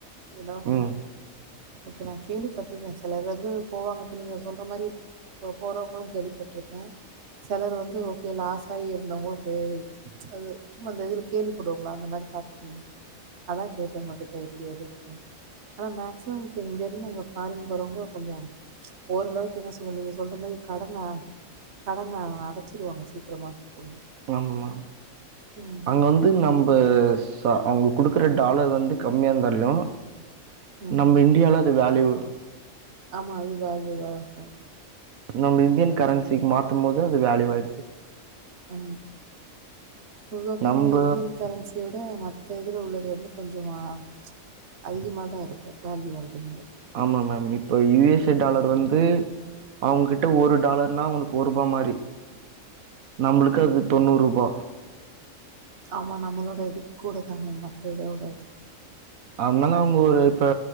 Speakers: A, on the right (about 55°); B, on the right (about 75°).
A: இதாம்
B: ம்
A: ஓகே நா கேள்விப்பட்ருக்கே செலர் வந்து போவாங்க இப்ப நீங்க சொல்ற மாரி போ போறவங்களு கேள்விப்பட்ருக்கே செலர் வந்து ஓகே லாஸாகி இருந்தா ஓகே அது சும்மா அந்த இதுல கேள்விப்படுவோம்ல அந்த மாரி பாத்துருக்கீங்ளா அதா கேட்டே உங்ககிட்ட எப்டி அதுன்டு அதா மேக்சிமம் இப்ப இங்கருந்து அங்க ஃபாரின் போறவங்க கொஞ்சோ ஓரளவுக்கு என்ன சொல்லு நீங்க சொல்ற மாரி கடன கடன அடச்சிடுவாங்க சீக்ரமா போய்
B: ஆமா மேம்
A: ம்
B: அங்க வந்து நம்ப ச அவுங் குடுக்கற டாலர் வந்து கம்மியா இந்தாலியு
A: ம்
B: நம்ம இண்டியால அது வேல்யூ
A: ஆமா அது அதுவா இருக்கு
B: நம்ம இந்தியன் கரன்சிக் மாத்தும் போது அது வேல்யுவாய்டுது
A: ஆ பொதுவாவே
B: நம்ப
A: நம்ம இந்தியன் கரன்சி யோட மத்த இதுல உள்ளது வந்து கொஞ்சோ ஆ அதிகமாகதா இருக்கு வேல்யூ வந்துங்க
B: ஆமா மேம் இப்ப யு எஸ் ஏ
A: ம்
B: டாலர் வந்து அவுங்க கிட்ட ஒரு டாலர்னா ஒன் ஒர் ரூபா மாரி நம்மளுக்கு
A: ம்
B: அது தொண்ணூரூபா
A: ஆமா நம்மளோட இதுக்கு கூட மத்த இதோட இது
B: அதுனால அவுங்க ஒரு இப்ப